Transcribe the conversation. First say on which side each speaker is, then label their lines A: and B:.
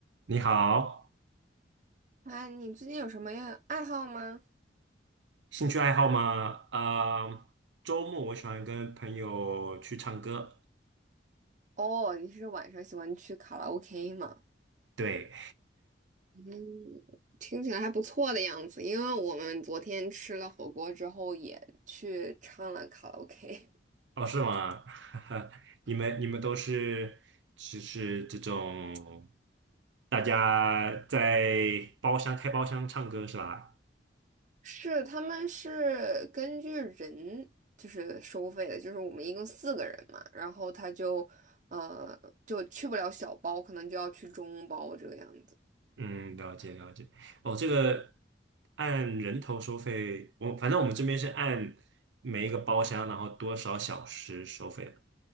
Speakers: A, on the right; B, on the right.
A: 你好，
B: 哎，你最近有什么样爱好吗？
A: 兴趣爱好吗？呃，周末我喜欢跟朋友去唱歌。
B: 哦，你是晚上喜欢去卡拉 OK 吗？
A: 对，
B: 嗯，听起来还不错的样子。因为我们昨天吃了火锅之后，也去唱了卡拉 OK。
A: <laughs> 哦，是吗？<laughs> 你们你们都是只是这种，大家在包厢开包厢唱歌是吧？
B: <laughs> 是，他们是根据人就是收费的，就是我们一共四个人嘛，然后他就呃就去不了小包，可能就要去中包这个样子。
A: 嗯，了解了解。哦，这个按人头收费，我反正我们这边是按每一个包厢，然后多少小时收费的，